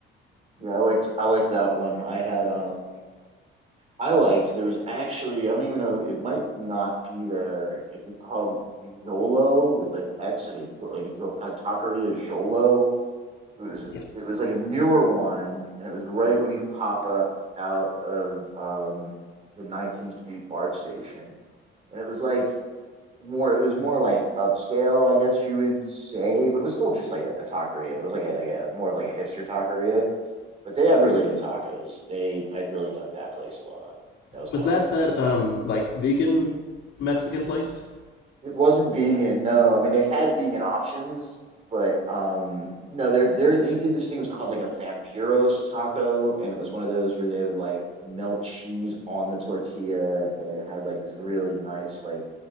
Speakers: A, on the right; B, on the left.
A: Yeah, I liked, I liked that one. I had, um, I liked. There was actually, I don't even know. It might not be there. It was called Jolo with like X, like a, like, Zo- like Taqueria Jolo It was
B: Yeah.
A: it was like a newer one, and it was right when you pop up out of um the 19th Street BART station, and it was like more it was more like upscale, I guess you would say, but it was still just like a, a taqueria, but it was like a like a more of like a hipster taqueria. But they had really good tacos. They I really dug that place a lot. That was kind
B: Was
A: of
B: that
A: like my
B: that, um, like, vegan Mexican place?
A: It wasn't vegan, no. I mean, they had vegan options, but um no, they're they they did this thing it was called like a vampiros taco, and it was one of those where they would like melt cheese on the tortilla, and it had like this really nice like